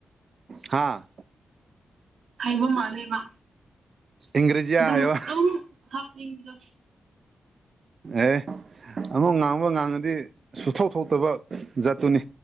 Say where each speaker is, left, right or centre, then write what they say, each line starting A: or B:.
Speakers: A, on the right; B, on the right.
A: ꯍꯥꯥ
B: ꯍꯥꯏꯕ ꯃꯥꯜꯂꯦꯕ
A: ꯏꯪꯒ꯭ꯔꯦꯖꯤꯌꯥ
B: ꯑꯗꯨꯝ
A: ꯍꯥꯏꯌꯣ
B: ꯗꯨꯝ ꯍꯥꯞꯅꯤꯡꯕꯗ
A: ꯑꯦ ꯑꯃꯨꯛ ꯉꯥꯡꯉꫭ ꯉꯥꯡꯉꯗꯤ ꯁꯨꯊꯣꯛ ꯊꯣꯛꯇꯕ ꯖꯥꯠꯇꯨꯅꯤ